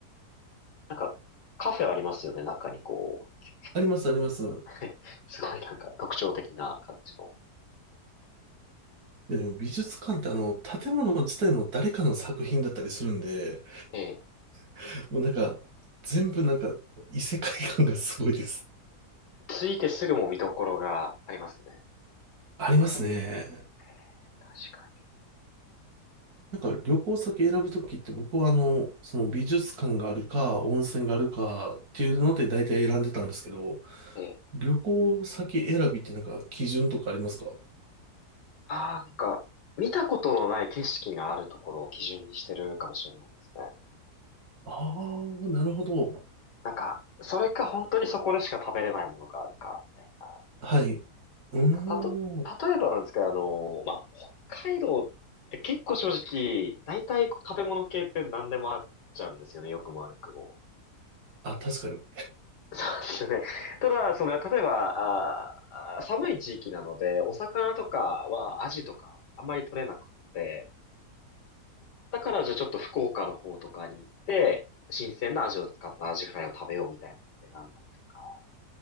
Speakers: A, on the left; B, on the right.
A: なんかカフェありますよね、中にこう。
B: あります、あります。
A: <laughs> すごいなんか特徴的な形の。
B: でも美術館ってあの、建物自体も誰かの作品だったりするんで、
A: ええ
B: <laughs> もうなんか、全部なんか異世界感がすごいです。
A: 着いてすぐも見どころがありますね。
B: ありますね。
A: ええ確かに。
B: なんか旅行先選ぶときって僕はあの、その美術館があるか温泉があるかっていうので大体選んでたんですけど、
A: ええ
B: 旅行先選びってなんか基準とかありますか
A: ああ、なんか、見たことのない景色があるところを基準にしてるかもしれないですね。
B: ああー、なるほど。
A: なんか、それか本当にそこでしか食べれないものがあるか、みたいな。な
B: はい。うーん。
A: んか、たと、例えばなんですけど、あの、まあ、北海道って結構正直、大体食べ物系って何でもあっちゃうんですよね、良くも悪くも。
B: あ、確かに。
A: <laughs> そうですよね。ただ、その、例えば、あー、あー寒い地域なので、お魚とかはアジとかあんまり取れなくって、だからじゃあちょっと福岡の方とかに行って、新鮮なアジを使ったアジフライを食べようみたいなのを選んだりとか。